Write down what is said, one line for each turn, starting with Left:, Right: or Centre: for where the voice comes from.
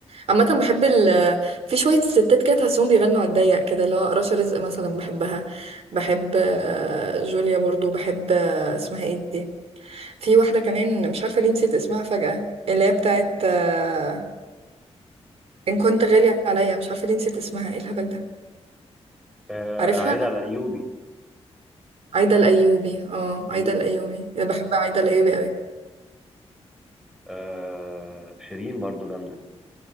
Right: عامة
Centre: يعني
Right: بحب ال في شوية ستات كده تحسهم بيغنوا على الضيق كده اللي هو رشا رزق مثلا بحبها بحب آه، جوليا برضو بحب آه، اسمها ايه دي في واحدة كمان مش عارفة ليه نسيت اسمها فجأة اللي هي بتاعت آه، إن كنت غالي عليا مش عارفة ليه نسيت اسمها ايه الهبل ده
Centre: آه
Right: عارفها
Centre: عايد على ايوبي
Right: عايدة الأيوبي اه
Centre: امم
Right: عايدة الأيوبي أنا بحب عايدة الأيوبي أوي
Centre: آه شيرين برضو جامده